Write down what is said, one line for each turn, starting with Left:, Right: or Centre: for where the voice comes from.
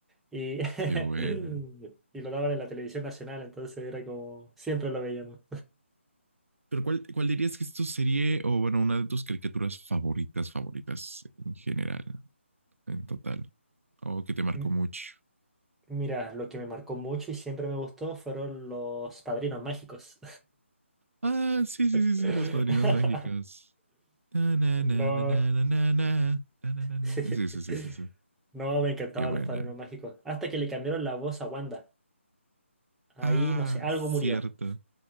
Centre: Y, <laughs>
Right: qué buena.
Centre: y lo daban en la televisión nacional, entonces era como, siempre lo veíamos.
Right: Pero ¿cuál, cuál dirías que es tu serie o, bueno, una de tus caricaturas favoritas, favoritas en general, en total? O que te marcó
Centre: <laughs>
Right: mucho.
Centre: Mira, lo que me marcó mucho y siempre me gustó fueron los padrinos mágicos.
Right: Ah, sí, sí,
Centre: <laughs>
Right: sí, sí, Los Padrinos Mágicos. Na, na,
Centre: No.
Right: na, na, na, na, na, na, na, na, na,
Centre: <laughs>
Right: Sí, sí, sí, sí, sí.
Centre: No, me encantaban
Right: Qué buena.
Centre: los padrinos mágicos. Hasta que le cambiaron la voz a Wanda. Ahí,
Right: Ah,
Centre: no sé, algo
Right: cierto.
Centre: murió.